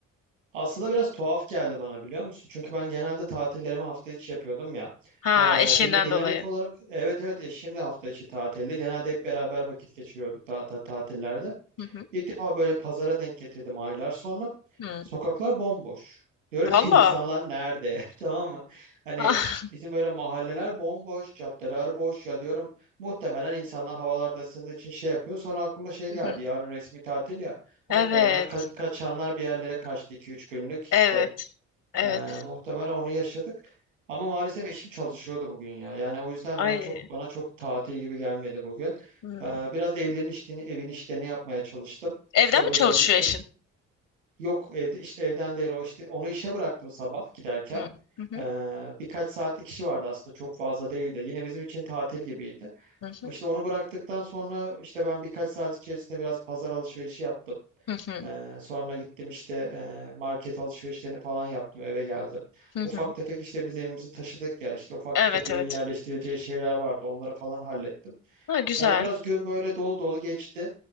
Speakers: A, on the right (about 90°); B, on the left (about 55°).
A: Aslında biraz tuhaf geldi bana biliyor musun? Çünkü ben genelde tatillerimi hafta içi yapıyordum ya.
B: Ha
A: Ee,
B: eşinden
A: dine- dinamik
B: dolayı.
A: olarak evet evet eşim de hafta içi tatilde. Genelde hep beraber vakit geçiriyorduk zaten tatillerde.
B: Hı hı.
A: İlk defa böyle pazara denk getirdim aylar sonra.
B: Hı.
A: Sokaklar bomboş. Diyorum
B: Valla.
A: ki insanlar nerede? <laughs> Tamam mı? Hani
B: Ah,
A: bizim böyle mahalleler bomboş, caddeler boş ya diyorum. Muhtemelen insanlar havalarda ısındığı için şey yapıyor. Sonra aklıma şey
B: hı
A: geldi.
B: hı.
A: Yarın resmi tatil ya. Muhtemelen
B: Evet.
A: ka- kaçanlar bir yerlere kaçtı iki üç günlük. İşte
B: Evet. Evet.
A: ee, muhtemelen onu yaşadık. Ama maalesef eşim çalışıyordu bugün ya. Yani o yüzden
B: Ay.
A: ben çok bana çok tatil gibi gelmedi bugün.
B: Hı.
A: Ee, biraz evlerin işlerini, evin işlerini yapmaya çalıştım.
B: Evden
A: İşte o
B: mi
A: da
B: çalışıyor
A: biraz işte
B: eşin?
A: yok evde işte evden değil o işte onu işe bıraktım sabah giderken.
B: Hı. Hı hı.
A: Ee, birkaç saatlik işi vardı aslında çok fazla değildi. Yine bizim için tatil gibiydi.
B: Hı hı.
A: İşte onu bıraktıktan sonra işte ben birkaç saat içerisinde biraz pazar alışverişi yaptım.
B: Hı hı.
A: Ee, sonra gittim işte e, market alışverişlerini falan yaptım eve geldim.
B: Hı
A: Ufak
B: hı.
A: tefek işte biz evimizi taşıdık ya işte ufak
B: Evet
A: tefek evin
B: evet.
A: yerleştirileceği şeyler vardı onları falan hallettim.
B: Ha, güzel.
A: Yani biraz gün böyle dolu dolu geçti.